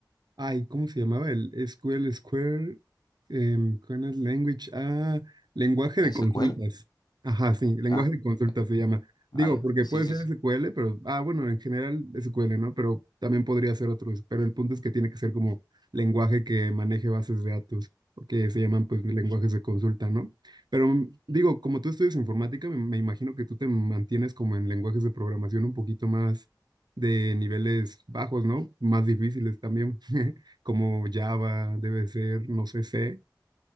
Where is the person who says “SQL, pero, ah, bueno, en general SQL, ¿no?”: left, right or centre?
Right